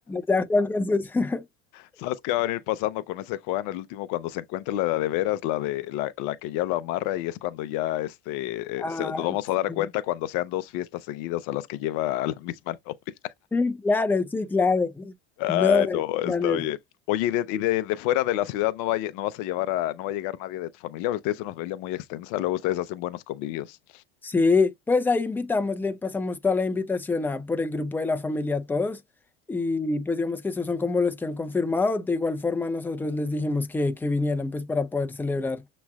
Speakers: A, in the centre; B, on the left.
A: ya Juan con sus... <laughs>
B: ¿Sabes qué va a venir pasando con ese Juan? El último, cuando se encuentre la de, veras, la de la, la que ya lo amarra, y es cuando ya este eh,
A: Ah,
B: se- nos vamos a dar
A: sí,
B: cuenta cuando sean dos fiestas seguidas a las que lleva a la misma <laughs> novia.
A: sí, claro, sí, claro.
B: Ay,
A: No, el
B: no, está
A: plan es,
B: bien. Oye, y de, y de- de fuera de la ciudad no va, a lle- no vas a llevar a, no va a llegar nadie de tu familia, porque ustedes son una familia muy extensa, luego ustedes hacen buenos convivios.
A: Sí, pues ahí invitamos, le pasamos toda la invitación a, por el grupo de la familia a todos y pues digamos que esos son como los que han confirmado. De igual forma nosotros les dijimos que, que vinieran pues para poder celebrar